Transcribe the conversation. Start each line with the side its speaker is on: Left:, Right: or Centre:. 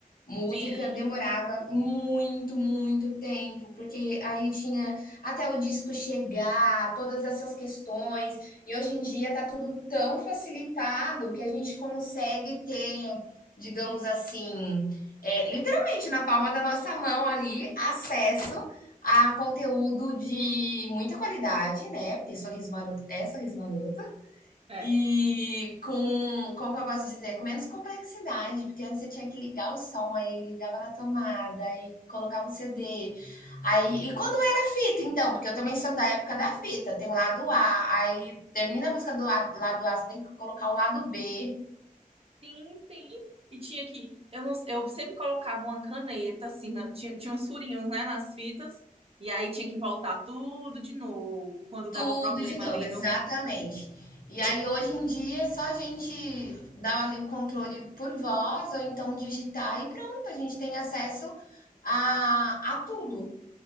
Left: música
Right: Sim,
Left: demorava muito, muito tempo, porque aí tinha até o disco chegar, todas essas questões, e hoje em dia está tudo tão facilitado que a gente consegue ter, digamos assim, eh, literalmente na palma da nossa mão ali, acesso a conteúdo de muita qualidade, né, porque Sorriso Maroto é Sorriso Maroto.
Right: é.
Left: E com, como que eu posso dizer? Com menos complexidade, porque antes você tinha que ligar o som, aí ligava na tomada, aí colocava o CD. Aí, e quando era fita, então? Porque eu também sou da época da fita, tem o lado A, aí termina a música do lado, lado A, você tem que colocar o lado B,
Right: Sim, sim. E tinha que, eu não, eu sempre colocava uma caneta assim, na- tinha, tinha uns furinhos, né, nas fitas, e aí tinha que voltar tudo de novo, quando dava
Left: tudo
Right: problema
Left: de novo,
Right: ali
Left: exatamente.
Right: no.
Left: E aí hoje em dia é só a gente dar ali o controle por voz, ou então digitar e pronto, a gente tem acesso a, a tudo.